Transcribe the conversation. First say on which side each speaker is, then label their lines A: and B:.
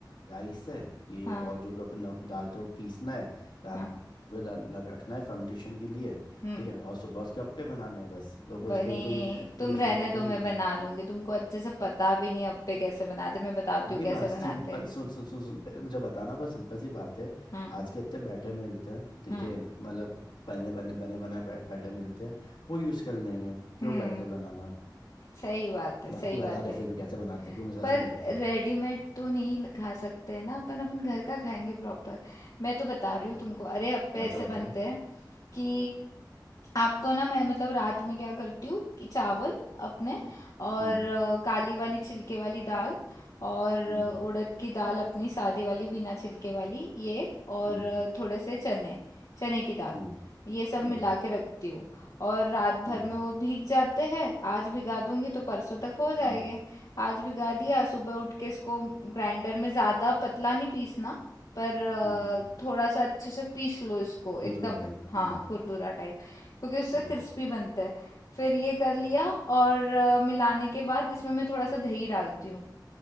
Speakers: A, on the left; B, on the left.
A: राइस है ये
B: हाँ
A: और जो भी अपन नम- डालते हैं वो पीसना है रात
B: हाँ
A: भर डाल- रख- रखना है फर्मेंटेशन के लिए
B: हम्म
A: ठीक है और सुबह उसके अप्पे बनाने हैं बस तो कोई
B: बनी
A: कोई कोई कोई
B: तुम
A: उसमें
B: रहने
A: वो तो
B: दो
A: नहीं
B: मैं
A: है
B: बना लूंगी तुमको अच्छे से पता भी नहीं अप्पे कैसे बनाते मैं बताती
A: नहीं
B: हूँ कैसे
A: बात
B: बनाते
A: सिंपल
B: हैं
A: सुन सुन सुन सुन पहले मुझे बताना पर सिंपल सी बात है
B: हम्म
A: आज के इतने बैटर मिलते हैं ठीक
B: हम्म
A: है मतलब बने बने बने बनाए बैटर मिलते हैं वो यूज़ कर लेंगे क्यों
B: हम्म
A: बैटर बनाना
B: सही बात है
A: बाकी
B: सही
A: बता
B: बात
A: दे
B: है
A: फिर भी कैसे बनाते हैं, क्यों मुझे
B: पर
A: सच में नहीं पता
B: रेडीमेड तो नहीं ल- खा सकते हैं ना अपन अपन घर का खाएंगे प्रॉपर मैं तो बता रही
A: हम्म,
B: हूँ तुमको अरे अप्पे
A: बता
B: ऐसे
A: बताओ
B: बनते हैं कि आपको ना मैं मतलब रात में क्या करती हूँ कि चावल अपने और
A: हम्म
B: अ, काली वाली छिलके वाली दाल और
A: हम्म
B: अ, उड़द की दाल अपनी सादी वाली बिना छिलके वाली ये और
A: हम्म
B: अ, थोड़े से चने चने की दाल
A: हम्म
B: ये सब मिला
A: हम्म
B: के रखती हूँ और रात भर
A: हम्म
B: में वो भीग जाते हैं आज भिगा दूंगी तो परसों तक हो जाएंगे
A: हम्म
B: आज भिगा दिया सुबह उठ के इसको ग्राइंडर में ज़्यादा पतला नहीं पीसना पर अ,
A: हम्म
B: थोड़ा सा अच्छे से पीस लो इसको
A: खुलदुला
B: एकदम
A: टाइप
B: हाँ
A: हम्म
B: खुरदुरा टाइप क्योंकि उससे
A: हम्म
B: क्रिस्पी बनता है फिर ये कर लिया और अ, मिलाने के बाद इसमें मैं थोड़ा सा दही डालती हूँ